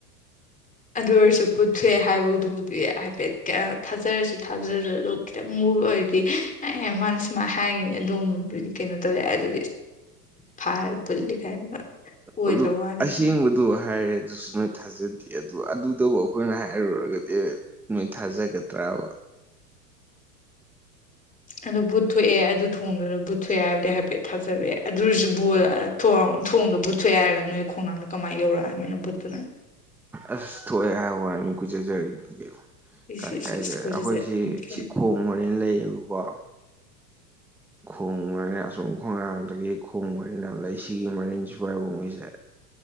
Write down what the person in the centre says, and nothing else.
ꯑꯗꯨ
ꯑꯁꯦꯡꯕꯗꯨ ꯍꯥꯏꯔꯦ ꯑꯗꯨꯁꯨ ꯅꯣꯏ ꯊꯥꯖꯗꯦ ꯑꯗꯨ ꯑꯗꯨꯗꯕꯨ ꯑꯩꯈꯣꯏꯅ ꯍꯥꯏꯔꯨꯔꯒꯗꯤ ꯅꯣꯏ ꯊꯥꯖꯒꯗ꯭ꯔꯕ
ꯑꯁ ꯊꯣꯛꯑꯦ ꯍꯥꯏ ꯍꯥꯏ ꯃꯤ ꯀꯨꯆꯖꯔꯤꯅꯤꯦ
ꯀꯥꯏ
ꯀꯥꯏꯦ
ꯑꯩꯈꯣꯏꯁꯤ
ꯁꯤ ꯈꯣꯡ ꯃꯣꯔꯦꯅ ꯂꯩꯌꯦꯕꯀꯣ ꯈꯣꯡ ꯃꯅꯤꯅ ꯑꯁꯨꯝ ꯈꯣꯡꯅꯥꯡꯗꯒꯤ ꯈꯣꯡ ꯃꯔꯤꯅ ꯂꯩ ꯁꯤꯒꯤ ꯃꯔꯤꯟꯁꯤꯥꯏꯕ ꯃꯣꯏꯁꯦ